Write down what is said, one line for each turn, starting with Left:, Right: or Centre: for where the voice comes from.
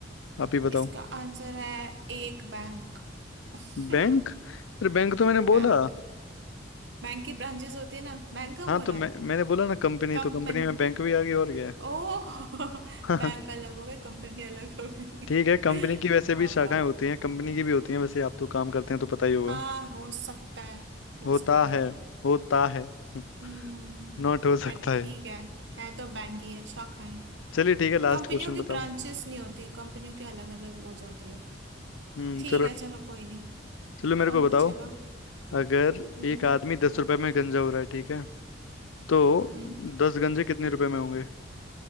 Left: आप ही बताओ
Right: इसका आंसर है एक बैंक <laughs>
Left: बैंक अरे बैंक तो मैंने बोला
Right: बैंक बैंक की ब्रांचेस होती है ना बैंक का
Left: हाँ
Right: बोला
Left: तो मैं मैंने बोला ना कंपनी
Right: कंपनी
Left: तो कंपनी में बैंक भी आ गई और क्या
Right: ओह <laughs>
Left: है
Right: बैंक
Left: <laughs>
Right: अलग हो गए कंपनी अलग हो गई
Left: ठीक
Right: <laughs>
Left: है कंपनी की वैसे
Right: वाह
Left: भी शाखाएं
Right: वाह
Left: होती हैं कंपनी की भी होती हैं वैसे आप तो काम करते हैं तो पता ही होगा
Right: हाँ हो सकता है हो
Left: होता
Right: सकता
Left: है
Right: है
Left: होता है हम्म,
Right: हम्म
Left: नॉट हो सकता
Right: बट
Left: है
Right: ठीक है है तो बैंक ही है शाखा है
Left: चलिए ठीक है लास्ट
Right: कंपनियों
Left: क्वेश्चन
Right: की
Left: बताओ
Right: ब्रांचेस नहीं होती कंपनियों की अलग अलग हो जाती है
Left: हम्म
Right: ठीक
Left: चलो
Right: है चलो कोई नहीं
Left: चलो मेरे
Right: कौन
Left: को बताओ
Right: पूछेगा
Left: अगर
Right: हम्म
Left: एक आदमी दस रुपए में गंजा हो रहा है ठीक है तो
Right: हम्म
Left: दस गंजे कितने रुपए में होंगे